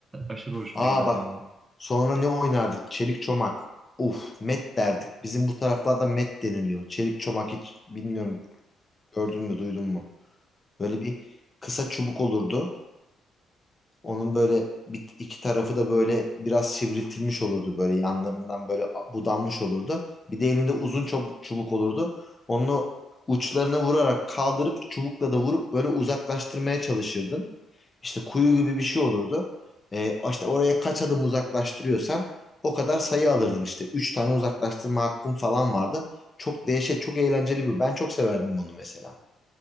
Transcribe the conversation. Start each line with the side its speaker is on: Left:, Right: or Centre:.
Right: Aşırı hoşuma
Left: Aa
Right: gider
Left: bak
Right: yani.
Left: sonra ne oynardık? Çelik çomak. Uf met derdik. Bizim bu taraflarda met deniliyor. Çelik çomak hiç bilmiyorum gördün mü duydun mu? Böyle bir kısa çubuk olurdu. Onun böyle bir, iki tarafı da böyle biraz sivriltilmiş olurdu böyle yanlarından böyle budanmış olurdu. Bir de elinde uzun çubuk, çubuk olurdu. Onu uçlarına vurarak kaldırıp çubukla da vurup böyle uzaklaştırmaya çalışırdın. İşte kuyu gibi bir şey olurdu. Ee, işte oraya kaç adım uzaklaştırıyorsan o kadar sayı alırdın işte. Üç tane uzaklaştırma hakkın falan vardı. Çok değişik, çok eğlenceli bir. Ben çok severdim bunu mesela.